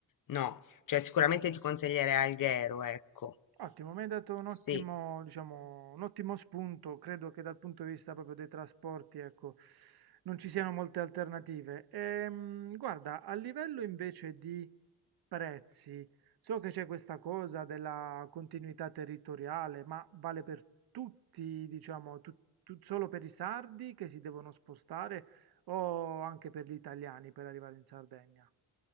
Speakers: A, on the left (about 50°); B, on the right (about 65°).
A: no, cioè sicuramente ti consiglierei Alghero, ecco.
B: Ottimo, mi hai dato un ottimo,
A: Sì.
B: diciamo, un ottimo spunto. Credo che dal punto di vista proprio dei trasporti, ecco, non ci siano molte alternative. Ehm, guarda, a livello invece di prezzi, so che c'è questa cosa della continuità territoriale, ma vale per tutti, diciamo, tu- tu- solo per i sardi che si devono spostare o anche per gli italiani per arrivare in Sardegna?